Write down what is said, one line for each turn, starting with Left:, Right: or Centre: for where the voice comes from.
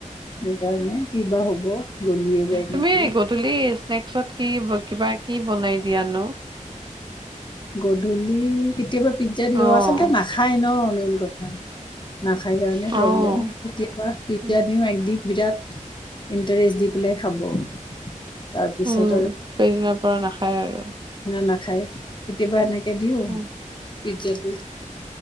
Left: সেইকাৰণে কি বা হ'ব গলিয়ে যায়
Right: তুমি
Left: নেকি!
Right: গধূলি স্নেক্সত কি কিবা কি বনাই দিয়া নো?
Left: গধূলি কেতিয়াবা পিজ্জা দিওঁ
Right: অ',
Left: আচলতে নাখায় ন মেইনটো। নাখাই কাৰণে
Right: অ',
Left: প্ৰব্লেম, কেতিয়াবা পিজ্জা
Right: উম,
Left: দিও এগ দি। বিৰাট ইণ্টাৰেষ্ট দি পেলাই খাব। তাৰপিছত
Right: উ, সেইদিনাৰ পৰা নাখায় আৰু।
Left: না নাখায়, কেতিয়াবা এনেক কে দিওঁ।
Right: উম,
Left: পিজ্জা পি,